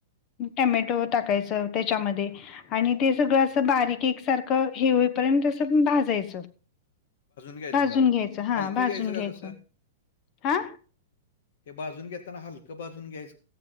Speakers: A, on the left; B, on the left.
A: टमॅटो टाकायचा त्याच्यामध्ये. आणि ते सगळं असं बारीक एकसारखं हे होईपर्यंत असं भाजायचं
B: घ्यायचं
A: भाजून
B: जरा.
A: घ्यायचं हा
B: हलकं
A: भाजून
B: का
A: घ्यायचं,
B: कसं?
A: हा...
B: हे भाजून घेताना हलकं भाजून घ्यायच.